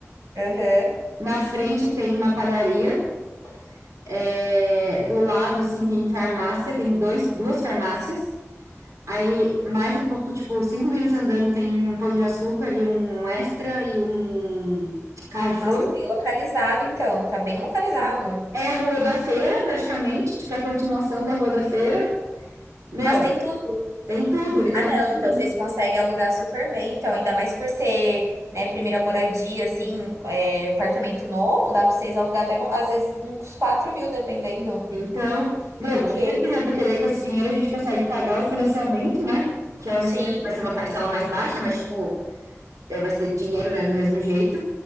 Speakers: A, on the right (about 65°); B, on the right (about 80°).
A: Aham.
B: Na frente tem uma padaria. é, do lado, assim, tem farmácia, tem dois, duas farmácias. Aí, mais um pouco, tipo, cinco minutos andando, tem um pão de açúcar e um extra e um Carrefour.
A: Nossa, tá bem localizado, então. Tá bem localizado.
B: É a Rua da Feira, praticamente, tipo, é a continuação da Rua da Feira. Meu,
A: Nossa, tem tudo.
B: tem tudo, literalmente
A: Ah, não,
B: tudo.
A: então vocês conseguem alugar super bem, então ainda mais por ser, né, primeira moradia, assim, é, apartamento novo, dá pra vocês alugar até, algum- às vezes, uns quatro mil, dependendo,
B: Então, meu,
A: porque,
B: vou te avisar, porque daí com esse dinheiro a gente consegue pagar o financiamento, né? Que é o
A: sim,
B: restante, vai ser uma parcela mais baixa, mas, tipo, é, vai ser dinheiro, né, do mesmo jeito.